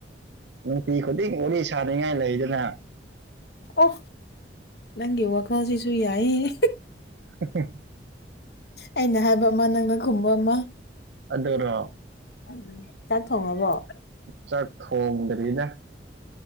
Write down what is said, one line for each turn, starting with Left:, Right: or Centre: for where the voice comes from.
Right: <unintelligible> ꯂꯩꯗꯅ
Left: ꯑꯣ ꯅꯪꯒꯤ ꯋꯥ ꯈꯜꯁꯤꯁꯨꯨ ꯌꯥꯏꯌꯦꯍꯦ
Right: <unintelligible>
Left: ꯑꯩꯅ ꯍꯥꯏꯕ ꯑꯃ ꯅꯪꯅ ꯈꯨꯝꯕ ꯑꯃ
Right: ꯑꯗꯨꯔꯣ
Left: ꯎꯝ ꯆꯥꯛ ꯊꯣꯡꯉꯕꯣ
Right: ꯆꯥꯛ ꯊꯣꯡꯗꯔꯤꯗ